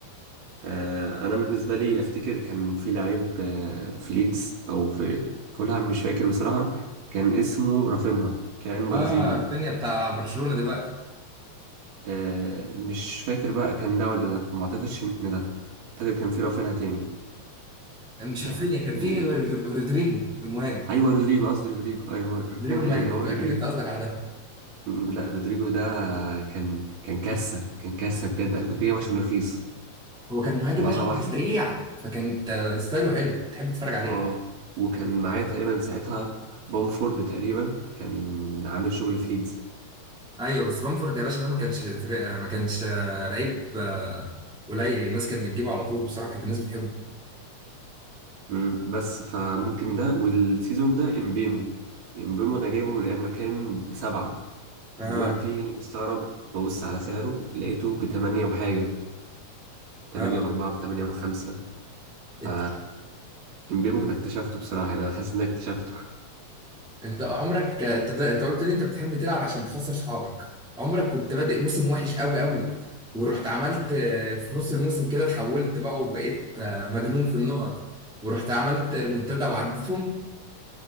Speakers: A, on the right; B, in the centre.
A: آه، انا بالنسبة لي افتكر كان في لعيب آه، في ليدز او في فولهام مش فاكر بصراحة كان اسمه رافينها كان برازيلي
B: اه رافينيا بتاع برشلونه دلوقتي
A: آه، مش فاكر بقى كان ده ولا لا ما اعتقدش ان ده اعتقد كان في رافينها تاني
B: مش
A: يعني
B: رافينيا كان في رودريجو المهاجم
A: ايوه رودريجو قصدي رودريجو ايوه هو رافينها
B: رودريجو المهاجم
A: ايه
B: متاكد
A: هو رودريجو
B: انت قصدك على ده
A: مم، لا رودريجو ده كان كان كارثه كان كارثه بجد انا كنت جايبه عشان رخيص
B: هو كان مهاجم
A: مره
B: ماشي
A: واحده
B: سريع فكانت آه، ستايله حلو تحب تتفرج عليه
A: اه وكان معايا تقريبا ساعتها بومفورد تقريبا كان عامل شغل في ليدز
B: ايوه بس بامفورد يا باشا ده ما كانش فرق- آه، ما كانش آه، لعيب آه، قليل الناس كانت بتجيبه على طول بصراحه كانت الناس بتحبه
A: مم، بس فممكن ده والسيزون ده امبيمو امبيمو انا جايبه من ايام ما كان بسبعه
B: اه
A: دلوقتي مستغرب ببص على سعره لقيته بتمانية وحاجه تمانية
B: اه
A: وأربعة بتمانية وخمسة
B: انت
A: ف امبيمو انا اكتشفته بصراحة يعني انا حاسس ان أنا اكتشفته
B: انت عمرك انت بت- انت قلت لي انت بتحب تلعب عشان تخسر صحابك عمرك كنت بادئ موسم وحش قوي قوي ورحت عملت آه، في نص الموسم كده اتحولت بقى وبقيت آه، مجنون في النقط ورحت عملت ريمونتادا وعديتهم